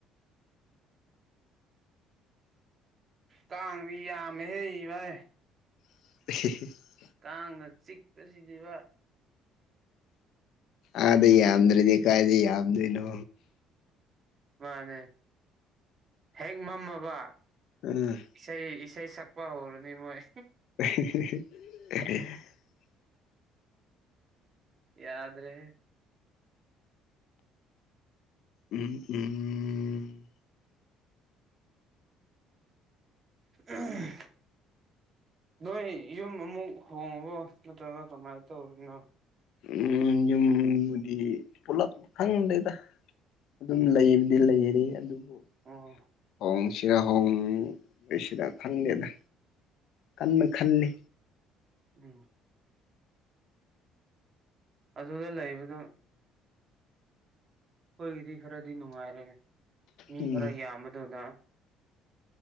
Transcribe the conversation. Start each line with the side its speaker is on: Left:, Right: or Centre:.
Right: ꯀꯥꯡꯗꯤ ꯌꯥꯝꯃꯦ ꯍꯦ ꯏꯚꯥꯏ
Left: <unintelligible>
Right: ꯀꯥꯡꯅ ꯆꯤꯛꯄꯁꯤꯗꯤꯕ
Left: ꯑꯥꯗ ꯌꯥꯝꯗꯗꯤ ꯀꯥꯏꯗꯤ ꯌꯥꯝꯗꯣꯏꯅꯣ
Right: ꯃꯥꯅꯦ ꯍꯦꯛ ꯃꯝꯃꯕ
Left: ꯎꯝ
Right: ꯏꯁꯩ ꯏꯁꯩꯩ ꯁꯛꯄ ꯍꯧꯔꯅꯤ ꯃꯣꯏ
Left: <unintelligible>
Right: ꯌꯥꯗ꯭ꯔꯦ
Left: ꯎꯝ ꯎꯝ
Right: ꯑꯥ ꯅꯣꯏ ꯌꯨꯝ ꯑꯃꯨꯛ ꯍꯣꯡꯉꯕꯣ ꯅꯠꯇ꯭ꯔꯒ ꯀꯃꯥꯏꯅ ꯇꯧꯔꯤꯅꯣ
Left: ꯎꯝ ꯌꯨꯝꯕꯨꯗꯤ ꯄꯂꯞ ꯈꯪꯗꯦꯗ ꯑꯗꯨꯝ ꯂꯩꯕꯗꯤ ꯂꯩꯔꯤ ꯑꯗꯨꯕꯨ
Right: ꯑꯣ
Left: ꯍꯣꯡ ꯁꯤꯔ ꯍꯣꯡ ꯁꯤꯗ ꯈꯪꯗꯦꯗ ꯀꯟꯕ ꯈꯜꯂꯤ
Right: ꯎꯝ ꯑꯗꯨꯗ ꯂꯩꯕꯗꯨ ꯑꯩꯈꯣꯏꯒꯤꯗꯤ ꯈꯔꯗꯤ ꯅꯨꯡꯉꯥꯏꯔꯦ ꯃꯤ
Left: ꯎꯝ
Right: ꯈꯔ ꯌꯥꯝꯕꯗꯨꯗ